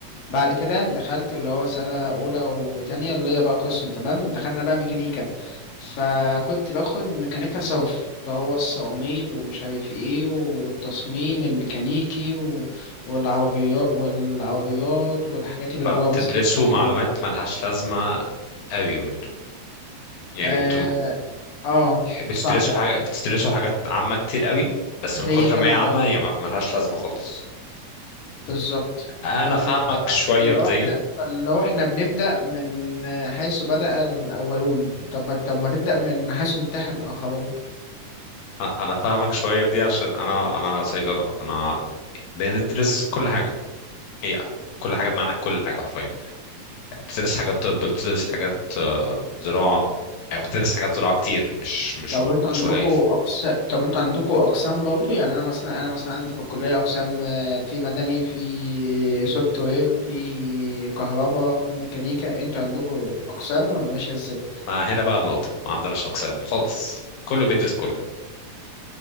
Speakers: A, on the left (about 65°); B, on the left (about 85°).
A: بعد كده دخلت اللي هو سنة أولى وتانية اللي هي بقى قسم تمام دخلنا بقى ميكانيكا فكنت باخد ميكانيكا صرف اللي هو الصواميل ومش عارف ايه والتصميم الميكانيكي و... والعربيات والعربيات والحاجات اللي
B: فبتدرسوا
A: جوه مثلا بتاعت
B: معلومات
A: المطر
B: ملهاش لازمة قوي برضه يعني
A: اه
B: انتوا
A: آه،
B: بتدرسوا
A: صح
B: حاجة بتدرسوا حاجات عامة كتير قوي بس
A: اللي
B: من كتر
A: هي جنرال
B: ما هي عامة هي ما- ملهاش لازمة خالص
A: بالظبط
B: انا
A: فاللي
B: فاهمك
A: هو
B: شوية
A: فلو
B: في
A: احنا
B: ديت
A: فلو احنا بنبدأ من حيث بدأ الأولون طب طب ما تبدأ من حيث انتهى الآخرون
B: انا أنا فاهمك شوية في دي عشان انا انا صيدلة انا بندرس كل حاجة هي كل حاجة بمعنى كل حاجة حرفيا بتدرس حاجات طب بتدرس حاجات آه، زراعة أو بتدرس حاجات زراعة كتير مش مش
A: طب
B: مش
A: انتوا عندكوا
B: قليل
A: أقسام طب انتوا عندكوا أقسام برضو يعني أنا مثلا أنا مثلا عندي في الكلية أقسام آه، في مدني في سوفت وير في كهرباء في ميكانيكا انتوا عندكوا أقسام ولا ماشية ازاي؟
B: ما هنا بقى النقطة ما عندناش أقسام خالص كله بيدرس كله